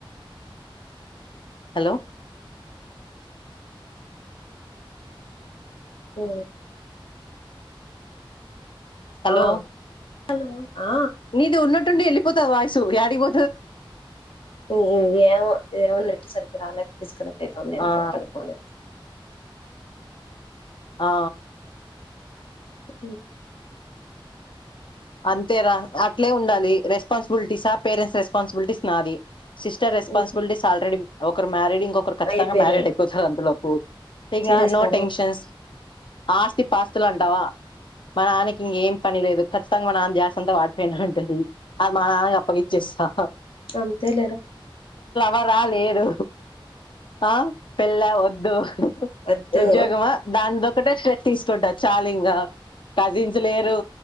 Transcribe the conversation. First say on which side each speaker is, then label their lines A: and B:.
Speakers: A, on the left; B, on the left.
A: హలో
B: హ
A: హలో
B: ఆ హలో ఆ
A: నీది ఉన్న డి వెళ్ళపోతు వాయిసు యాడిపో
B: ఉ ఉ ఏమో ఏమో నెట్టు సరి రాల కనెక్ట్ అయితాంది కానీ
A: ఆ
B: కనెక్ట్ అవ్వలేదు
A: ఆ
B: అ
A: అంతే రా అట్లే ఉండాలి రెస్పాన్బిలిటీసా పేరెంట్స్ రెస్పాన్బిలిటీస్ నాది సిస్టర్ రెస్పాన్సిబలిటీస్
B: ఇంకే
A: ఆల్రెడీ ఒకరు మ్యారీడ్ ఇంకొకరు ఖచ్చితంగా
B: అయిపోయినాయి
A: మ్యారేడ్ అయిపోతారు అంతలోపు ఇక
B: చేసేస్తారా
A: నో టెన్షన్స్ ఆస్తి పాస్తులు అంటావా మా నాన్నకి ఇంకేం పని లేదు కచ్చితంగా నాన్న ద్యాస అంతా వాటిపైనే ఉంటుంది అది మా నాన్న అప్పగిచేస్తా
B: అంతే లేరా
A: వరా లేదు ఆ పెళ్ల వద్దు
B: వద్దు
A: ఉద్యోగమా దాంది ఒకటే స్ట్రెస్ తీస్తుంట చాలింగా కజిన్స్ లేరు